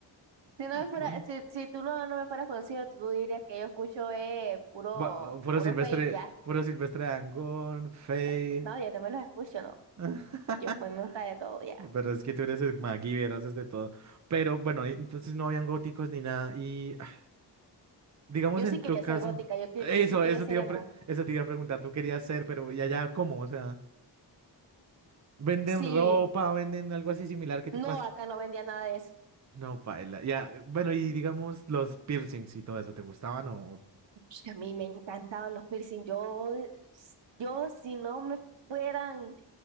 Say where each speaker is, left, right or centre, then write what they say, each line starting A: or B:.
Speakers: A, on the right; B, on the right.
A: Si no me fuera,
B: Bueno,
A: si, si tú no, no me fueras conocido, tú dirías que yo escucho eh, puro,
B: va- Puro
A: puro
B: Silvestre,
A: fake ya.
B: puro Silvestre Dangond, Faye.
A: Uh, No, yo también los escucho, no.
B: <laughs>
A: Yo a mí me gusta de todo ya.
B: Pero es que tú eres el MacGyver, haces de todo. Pero bueno, y- entonces no habían góticos ni nada. Y ah, digamos
A: Yo
B: en
A: sí quería
B: tu caso,
A: ser gótica, yo, que-
B: eso,
A: yo sí quería
B: eso
A: ser
B: te iba
A: emo.
B: a, pre- eso te iba a preguntar, tú querías ser, pero ¿y allá cómo? O sea. Venden
A: Sí,
B: ropa, venden algo así similar que tú
A: no,
B: puedas.
A: acá no vendía nada de eso.
B: No, paila. Ya, eh, bueno, y digamos los piercings y todo eso, ¿te gustaban o...? o-
A: Sí, A mí me encantaban los piercing. Yo, yo si no me fueran